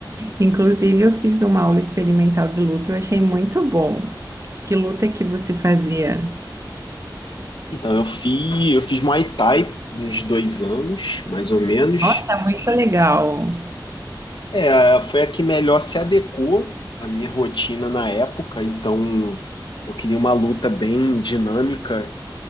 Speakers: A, on the right; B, on the left.
A: Inclusive, eu fiz uma aula experimental de luta, eu achei muito bom. Que luta que você fazia?
B: Então, eu fiz, eu fiz Muay Thai uns dois anos, mais ou menos.
A: Nossa, muito legal.
B: É, foi a que melhor se adequou à minha rotina na época, então eu queria uma luta bem dinâmica,